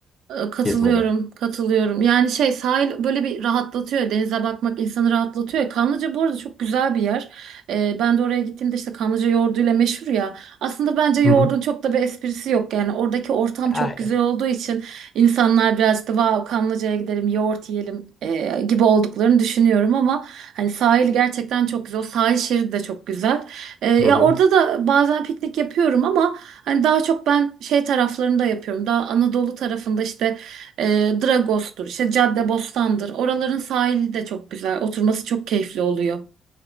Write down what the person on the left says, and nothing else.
gezmede.
Hı hı.
Aynen.
Hı hı.